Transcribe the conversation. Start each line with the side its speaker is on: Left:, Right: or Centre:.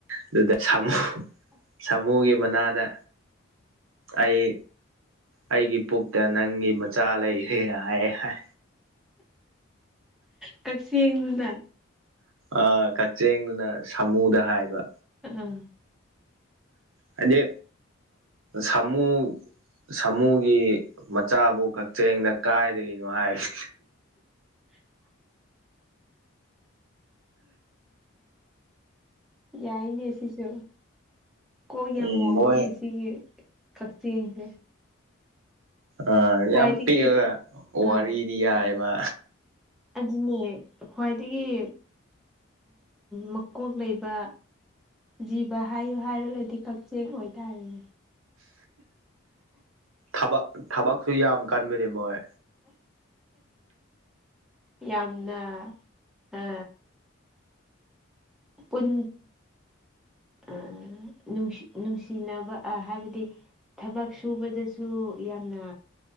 Right: ꯑꯗꯨꯗ ꯁꯥꯃꯨ ꯁꯥꯃꯨꯒꯤ ꯃꯅꯥꯗ ꯑꯩ ꯑꯩꯒꯤ ꯄꯨꯛꯇ ꯅꯪꯒꯤ ꯃꯆꯥ ꯂꯩꯔꯦ ꯍꯥꯏ ꯍꯥꯏ
Centre: ꯀꯛꯆꯦꯡꯗꯨꯅ
Right: ꯑ ꯀꯛꯆꯦꯡꯗꯨꯅ ꯁꯥꯃꯨꯗ ꯍꯥꯏꯕ
Centre: ꯎꯝ ꯎꯝ
Right: ꯍꯥꯏꯗꯤ ꯁꯃꯨ ꯁꯥꯃꯨꯒꯤ ꯃꯆꯥꯕꯨ ꯀꯛꯆꯤꯡꯗ ꯀꯥꯏꯗꯒꯤꯅꯣ ꯍꯥꯏꯕ
Centre: ꯌꯥꯏꯅꯦꯁꯤꯁꯨ ꯀꯣꯏ ꯌꯥꯝ
Right: ꯎꯝ
Centre: ꯋꯥꯡꯉꯤꯅꯦ
Right: ꯃꯣꯏ
Centre: ꯁꯤꯒꯤ ꯀꯛꯆꯦꯡꯁꯦ
Right: ꯑꯥ
Centre: ꯈ꯭ꯋꯥꯏꯗꯒꯤ
Right: ꯌꯥꯝ ꯄꯤꯛꯑꯒ ꯋꯥꯔꯤꯗꯤ
Centre: ꯑꯥ
Right: ꯌꯥꯏꯕ
Centre: ꯑꯗꯨꯅꯦ ꯈ꯭ꯋꯥꯏꯗꯒꯤ ꯃꯀꯣꯛ ꯂꯩꯕ ꯖꯤꯕ ꯍꯥꯏꯌꯨ ꯍꯥꯏꯔꯒꯗꯤ ꯀꯛꯆꯦꯛ ꯑꯣꯏꯇꯥꯔꯦꯅꯦ
Right: ꯊꯕꯛ ꯊꯕꯛꯁꯨ ꯌꯥꯝ ꯀꯟꯕꯅꯦ ꯃꯣꯏ
Centre: ꯌꯥꯝꯅ ꯑ ꯄꯨꯟ ꯑ ꯅꯨꯡꯁꯤ ꯅꯨꯡꯁꯤꯅꯕ ꯑ ꯍꯥꯏꯕꯗꯤ ꯊꯕꯛ ꯁꯨꯕꯗꯁꯨ ꯌꯥꯝꯅ